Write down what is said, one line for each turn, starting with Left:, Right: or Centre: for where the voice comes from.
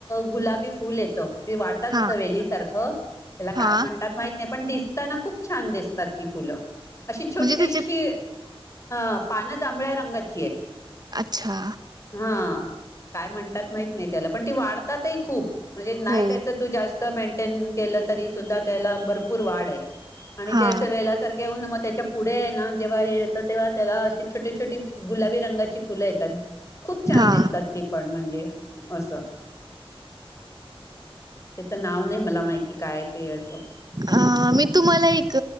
Left: गुलाबी फूल येत. ते वाढतात
Right: हा
Left: असं वेली सारखं त्याला
Right: हा
Left: काय म्हणतात माहित नाही पण दिसताना खूप छान दिसतात ती फुलं. अशी छोटीशी
Right: म्हणजे त्याचे
Left: अह पानं जांभळ्या रंगाची आहेत
Right: अच्छा.
Left: हा काय म्हणतात माहित नाही त्याला, पण ती वाढतातही खूप. म्हणजे नाही
Right: हो
Left: त्याच तू जास्त मेंटेन केलं तरी सुद्धा त्याला भरपूर वाढ आहे. आणि
Right: हा
Left: ते अस वेला सारखे येऊन म त्यांच्या पुढे आहे ना जेव्हा हे येतं तेव्हा त्याला अशी छोटे छोटी गुलाबी रंगाची फुलं येतात. खूप छान
Right: हा
Left: दिसतात ती पण म्हणजे असं त्याचं नाव नाही मला माहिती काय ते असं
Right: अह मी तुम्हाला एक